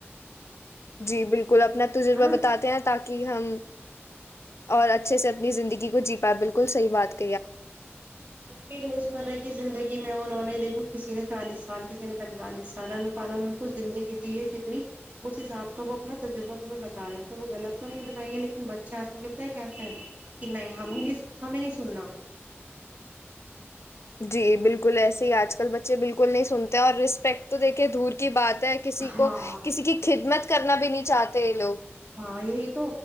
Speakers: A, on the left; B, on the right.
A: جی بالکل کل اپنا تجربہ
B: ہے نا
A: بتاتے ہیں تاکہ ہم اور اچھے سے اپنی زندگی کو جی پا بالکل صحی بات کر
B: ہ روز مرہ کی زندگی میں اور کسی نے چالیس سال کسی نے پیٹلس سالہ نو کو زندگی دی ہے کتنی اس حساب کا وہ اپنا تجربہ تمہیں بتا رہے تھے وہ جنت کو نہیں بتائیں گے لیکن بچہ اتی یہ بتائیں کیسا ہے کہ نہیں ہم ہی نہیں ہمیں نہیں سننا
A: جی بالکل ایسے ہی آج کل بچے بالکل نہیں سنتے اور رسپیکٹ تو دیکھے دور کی بات ہے کسی
B: ہاں
A: کو کسی کی خدمت کرنا بھی نہیں چاہتے ت لوگ <unintelligible>
B: ہاں یہی تو